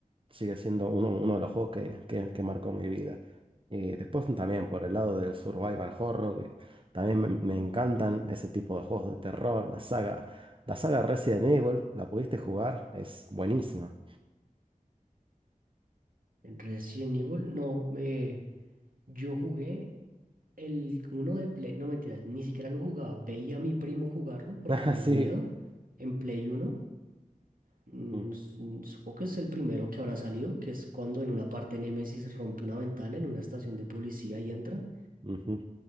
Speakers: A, on the right (about 35°); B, on the right (about 75°).
A: sigue siendo uno, uno de los juegos que, que- que marcó mi vida. Y después también por el lado del survival horror, que también me, me encantan ese tipo de juegos de terror, la saga, la saga Resident Evil, la pudiste jugar, es buenísima.
B: Resident Evil, no, eh, yo jugué el uno de Play, no mentira, ni siquiera lo jugaba. Veía a mi primo jugarlo porque
A: <laughs>
B: me
A: Ah, sí.
B: da miedo en Play uno, mm,
A: Mm,
B: su- Supongo que es el primero que habrá salido, que es cuando en una parte Nemesis rompe una ventana en una estación de policía y entra.
A: ujú,